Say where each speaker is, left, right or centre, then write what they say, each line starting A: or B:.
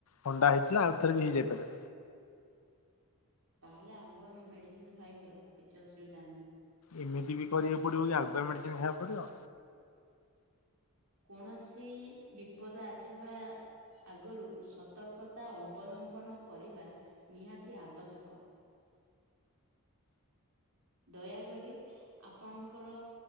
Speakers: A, on the left; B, on the right.
A: ଥଣ୍ଡା ହେଇଥିଲା ଆଉ ଥରେ ବି ହେଇଯାଇପାରେ।
B: ତାହେଲେ ଆଗୁଆ ମେଡିସିନ ଖାଇଦିଅ କିଛି ଅସୁବିଧା ନାହିଁ।
A: ଏମିତି ବି କରିବାକୁ ପଡିବ କି ଆଗୁଆ ମେଡିସିନ ଖାଇବାକୁ ପଡିବ।
B: କୌଣସି ବିପଦ ଆସିବା। ଆଗରୁ ସତର୍କତା ଅବଲମ୍ବନ କରିବା ନିହାତି ଆବଶ୍ୟକ। ଦୟାକରି ଆପଣଙ୍କର